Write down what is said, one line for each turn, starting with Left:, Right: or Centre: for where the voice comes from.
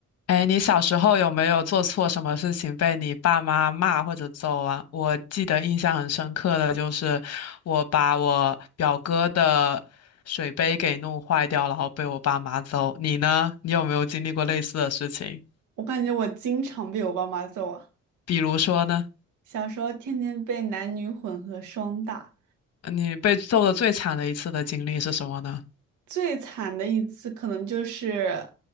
Left: 哎，你小时候有没有做错什么事情被你爸妈骂或者揍啊？我记得印象很深刻的就是我把我表哥的水杯给弄坏掉，然后被我爸妈揍。你呢？你有没有经历过类似的事情？
Right: 我感觉我经常被我爸妈揍啊，
Left: 比如说呢，
Right: 小时候天天被男女混合双打，
Left: 你被揍的最惨的一次的经历是什么呢？
Right: 最惨的一次可能就是，